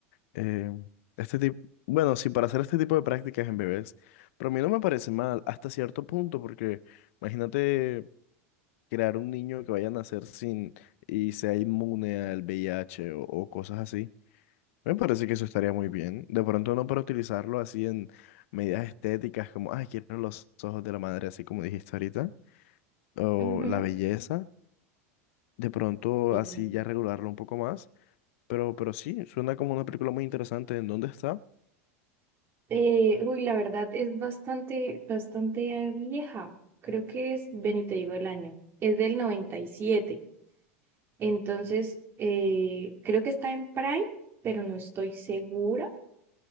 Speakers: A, on the left; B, on the right.
A: eh, este tipo, bueno, sí, para hacer este tipo de prácticas en bebés, pero a mí no me parece mal hasta cierto punto, porque imagínate crear un niño que vaya a nacer sin y sea inmune al VIH o, o cosas así. Me parece que eso estaría muy bien. De pronto no para utilizarlo así en medidas estéticas como, ay, quiero los ojos de la madre, así como dijiste ahorita, o
B: Ujú,
A: la belleza. De pronto
B: Sí.
A: así ya regularlo un poco más. Pero, pero sí, suena como una película muy interesante. ¿En dónde está?
B: Eh, uy, la verdad es bastante, bastante eh, vieja. Creo que es, ven y te digo el año. Es del 97. Entonces, eh, creo que está en Prime, pero no estoy segura,